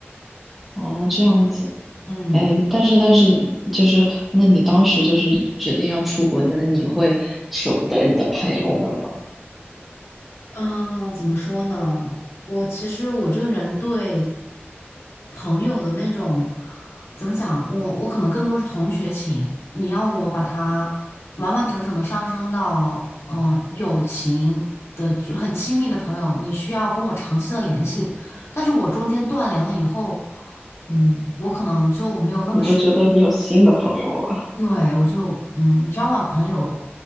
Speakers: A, in the centre; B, on the left.
A: 哦，这样子，
B: 嗯，
A: 哎，但是但是你就是那你当时就是决定要出国，那你会舍不得你的朋友们吗？
B: 嗯，怎么说呢？我其实我这个人对朋友的那种怎么讲，我我可能更多是同学情。你让我把他完完整整的上升到嗯、呃友情的就很亲密的朋友，你需要跟我长期的联系。但是我中间断联了以后，嗯，我可能就没有那么深。
A: 你就觉得你有新的朋友了？
B: 对，我就嗯，你知道吗？朋友